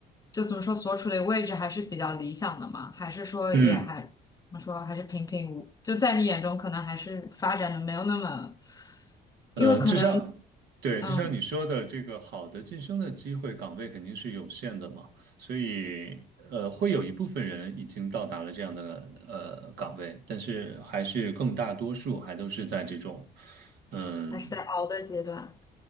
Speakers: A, on the left (about 20°); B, on the right (about 75°).
A: 就怎么说所处的位置还是比较理想的嘛？还是说也还怎么说还是平平无？
B: 嗯。
A: 就在你眼中，可能还是发展的没有那么，
B: 呃，
A: 因为可能
B: 就像，对，
A: 嗯
B: 就像你说的，这个好的晋升的机会岗位肯定是有限的嘛，所以呃，会有一部分人已经到达了这样的呃岗位，但是还是更大多数还都是在这种，嗯，
A: 还是在熬的阶段。